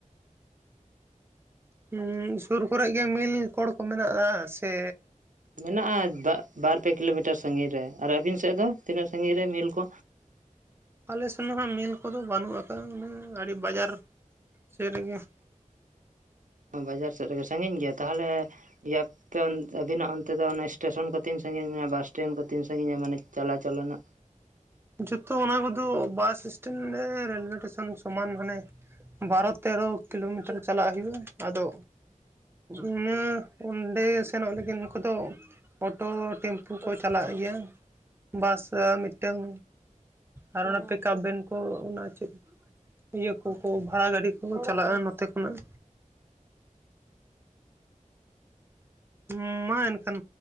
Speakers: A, on the right (about 15°); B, on the right (about 70°).
A: ᱦᱩᱸᱻ ᱥᱩᱨ ᱠᱚᱨᱮ ᱜᱮ ᱢᱤᱞ ᱠᱚᱬ ᱠᱚ ᱢᱮᱱᱟᱜᱼᱟ ᱥᱮ
B: ᱢᱮᱱᱟᱜᱼᱟ ᱵᱟ ᱵᱟᱨ ᱯᱮ ᱠᱤᱞᱳᱢᱤᱴᱟᱨ ᱥᱟᱺᱜᱤᱧ ᱨᱮ ᱾ ᱟᱨ ᱟᱹᱵᱤᱱ ᱥᱮᱫ ᱫᱚ ᱛᱤᱱᱟᱹᱜ ᱥᱟᱺᱜᱤᱧ ᱨᱮ ᱢᱤᱞ ᱠᱚ?
A: ᱟᱞᱮ ᱥᱮᱱ ᱦᱚᱸ ᱢᱤᱞ ᱠᱚᱫᱚ ᱵᱟᱹᱱᱩᱜ ᱟᱠᱟᱫᱟ ᱢᱟᱱᱮ ᱟᱹᱰᱤ ᱵᱟᱡᱟᱨ <inaudible> ᱥᱮᱫ ᱨᱮᱜᱮ ᱾
B: ᱵᱟᱡᱟᱨ ᱥᱮᱫ ᱨᱮᱜᱮ ᱥᱟᱺᱜᱤᱧ ᱜᱮᱭᱟ, ᱛᱟᱦᱚᱞᱮ ᱤᱭᱟᱹ ᱟᱵᱤᱱᱟᱜ ᱚᱱᱛᱮ ᱫᱚ ᱚᱱᱟ ᱮᱸ ᱥᱴᱮᱥᱚᱱ ᱠᱚ ᱛᱤᱱ ᱥᱟᱺᱜᱤᱧ ᱢᱮᱱᱟᱜᱼᱟ᱾ ᱵᱟᱥᱴᱮᱱᱰ ᱠᱚ ᱛᱤᱱ ᱥᱟᱺᱜᱤᱧᱟ ᱢᱟᱱᱮ ᱪᱟᱞᱟ, ᱪᱟᱞᱟ ᱨᱮᱱᱟᱜ
A: ᱡᱷᱚᱛᱚ ᱚᱱᱟ ᱠᱚᱼᱫᱚ ᱵᱟᱥ ᱥᱴᱮᱱᱰᱸ ᱨᱮᱞᱳᱭᱮ ᱥᱴᱮᱥᱚᱱ ᱥᱚᱢᱟᱱ ᱦᱟᱱᱮ ᱵᱟᱨᱚ ᱛᱮᱨᱚ ᱠᱤᱞᱳᱢᱤᱴᱟᱨ ᱪᱟᱞᱟ-ᱜ ᱦᱩᱭᱩᱜᱼᱟ ᱾ ᱟᱫᱚ ᱤᱱᱟ ᱚᱸᱰᱮ ᱥᱮᱱᱚ-ᱜ ᱞᱟᱹᱜᱤᱫ, ᱱᱩᱠᱩ ᱫᱚ ᱚᱴᱳ ᱴᱮᱢᱯᱩ ᱠᱚ ᱪᱟᱞᱟ-ᱜ ᱜᱮᱭᱟ ᱾ᱵᱟᱥ ᱢᱤᱫᱴᱟᱹᱝ ᱟᱨ ᱚᱱᱟ ᱯᱮᱠᱟᱯ ᱵᱷᱽᱮᱱ ᱠᱚ, ᱚᱱᱟ ᱪᱮᱫ ᱤᱭᱟᱹ ᱠᱚᱼᱠᱚ ᱵᱷᱽᱟᱲᱟ ᱜᱟᱹᱰᱤ ᱠᱚ-ᱠᱚ ᱪᱟᱞᱟᱜᱼᱟ ᱾ ᱱᱚᱛᱮ ᱠᱷᱚᱱᱟᱜ ᱩᱸ ᱢᱟ ᱮᱱᱠᱷᱟᱱ